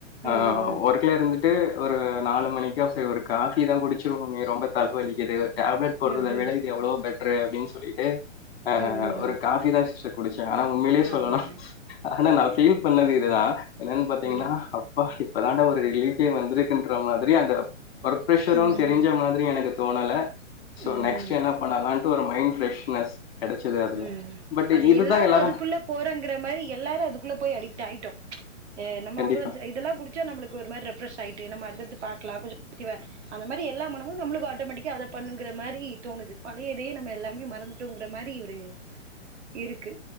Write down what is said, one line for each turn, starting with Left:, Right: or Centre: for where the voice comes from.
Left: ஆ
Right: ம் ம்
Left: ஒருக்குல இருந்துட்டு ஒரு நாலு மணிக்கா சேரி ஒரு காஃபிதா குடுச்சுருவோமே ரொம்ப தலவலிக்குது டேப்லெட் போடுறது
Right: ம் ம் ம் ம் ம்
Left: விட
Right: ம்
Left: இது எவ்ளோ பெட் றே அப்டின் சொல்லிட்டு ஆ
Right: ம்
Left: ஒரு
Right: ம்
Left: காஃபிதா சிஸ்டர் குடுச்ச ஆனா உண்மையிலயே சொல்ணுனா
Right: ஆமா ஆமா
Left: ஆனா நா ஃபீல் பண்ணவே இதுதா என்னன் பாத்தீங்கன்னா
Right: ம்
Left: அப்பா இப்ப தாண்ட ஒரு ரிலீஃபே வந்துருக்குன்ற மார் செரியா அந்த ஒர்க்ப்ரெஷரும்
Right: ம்
Left: தெருஞ்ச மாதிரி எனக்கு தோணல சோ
Right: ம்
Left: நெக்ஸ்ட்
Right: ம்
Left: என்ன பண்ணலான் ட்டு ஒரு மைண்ட் ஃப்ரெஷ்னஸ் கிடைச்சது அதுல.
Right: உ
Left: பட்
Right: அது
Left: இதுதான்
Right: எல்லாரு
Left: எல்லாரும்
Right: அதுக்குள்ள போறங்கிற மாரி எல்லாரு அதுக்குள்ள போய் அடிக்ட் ஆயிட்டோ அ நம
Left: கண்டிப்பா,
Right: <unintelligible> இதெல்லா குடிச்சா நம்ளுக்கு ஒருதிரி ரெஃபீரெஷ் ஆயிட்டு நம்ம அடுத்தத்து பாக்லா கொஞ்சோ <unintelligible> அந்த மாரி எல்லா மனமு நம்ளுக்கு ஆட்டோமேட்டிக்கா அத பண்ணுங்கர மாதிரிதோணுது பழய இதயே நம்ம எல்லாமே மறந்துடுங்ர மாதிரி து இருக்கு